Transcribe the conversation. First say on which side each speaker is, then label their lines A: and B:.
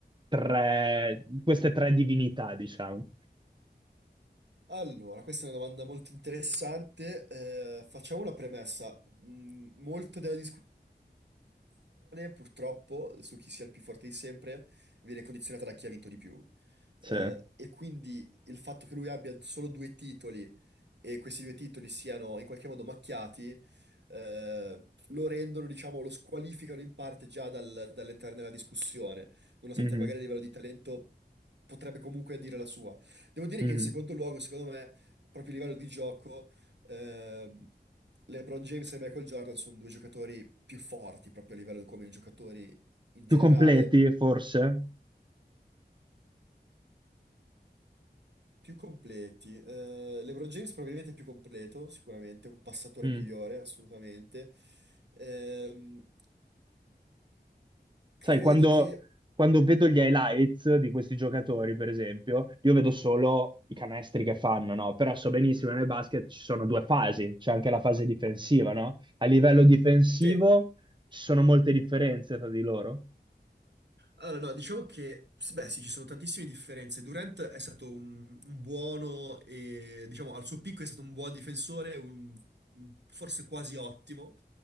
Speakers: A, on the right; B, on the right.
A: tre, queste tre divinità, diciamo?
B: Allora, questa è una domanda molto interessante. eh, facciamo una premessa. Mm, molto della discussione, purtroppo, su chi sia il più forte di sempre, viene condizionata da chi ha vinto di più.
A: Sì.
B: Eh, e quindi il fatto che lui abbia solo due titoli e questi due titoli siano in qualche modo macchiati, eh, lo rendono, diciamo, lo squalificano in parte già dal- dall'entrare nella discussione, nonostante
A: Mhm,
B: magari a livello di talento potrebbe comunque dire la sua. Devo dire
A: mhm.
B: che in secondo luogo, secondo me, proprio a livello di gioco, ehm, LeBron James e Michael Jordan sono due giocatori più forti proprio a livello come giocatori in
A: Più
B: generale
A: completi, forse?
B: Più completi. Eh, LeBron James probabilmente è più completo, sicuramente, un passatore
A: Mm.
B: migliore, assolutamente. Ehm, credo
A: Sai, quando,
B: che
A: quando vedo gli highlights di questi giocatori, per esempio, io vedo solo i canestri che fanno, no? Però so benissimo che nel basket ci sono due fasi, c'è anche la fase difensiva, no? A livello difensivo
B: Sì,
A: ci sono molte differenze tra di loro.
B: Allora, no, diciamo che, s- beh, sì, ci sono tantissime differenze. Durant è stato un, un buono e, diciamo, al suo picco è stato un buon difensore, un- un- forse quasi ottimo,